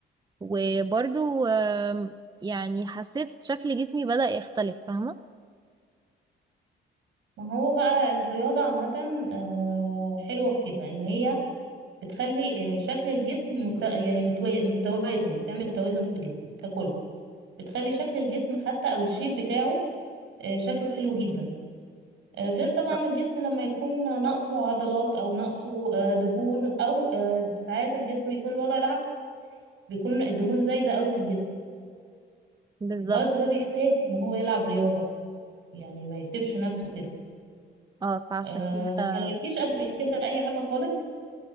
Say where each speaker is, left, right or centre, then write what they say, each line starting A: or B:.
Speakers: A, on the right; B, on the right.
A: وبرضو آم، يعني حسيت شكل جسمي بدأ يختلف فاهمة
B: ما هو بقى الرياضة عامة آه، حلوة في كده إن هي بتخلي آه، شكل الجسم مت... يعني متوا- متوازن بتعمل توازن في جسمك ككل بتخلي شكل الجسم حتى أو الشيب بتاعه آه، شكله حلو جدا آه، غير طبعا
A: بالظبط
B: الجسم لما يكون ناقصه عضلات أو ناقصه آه، دهون أو آه، ساعات الجسم بيكون الوضع العكس بيكون الدهون زايدة قوي في الجسم
A: بالظبط.
B: برضه ده بيحتاج إن هو يلعب رياضة يعني ما يسيبش نفسه كده
A: اه فعشان
B: آه،
A: كده
B: ما لعبتيش قبل كده أي حاجة خالص